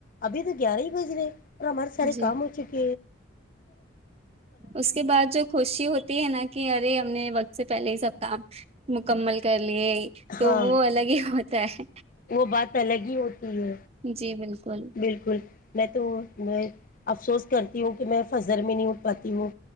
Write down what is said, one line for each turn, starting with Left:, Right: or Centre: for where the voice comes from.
Left: ابھی تو گیارہ ہی بج رہے ہیں ا مرے ساری
Right: جی
Left: کامچک
Right: اس کے بعد جو خوشی ہوتی ہے نا کہ ارے ہم نے وقت سے پہلے ہی سب کام مکمل کر ے تو
Left: ہاں
Right: وہ الگ ہی ہو س
Left: وہ بات الگ ہی ہوتی ہ
Right: ہے جی بالکل
Left: بالکل میں تو میں افسوس کرتی ہوں کہ میں فضر میں نہیں اٹھ پاتی ہوں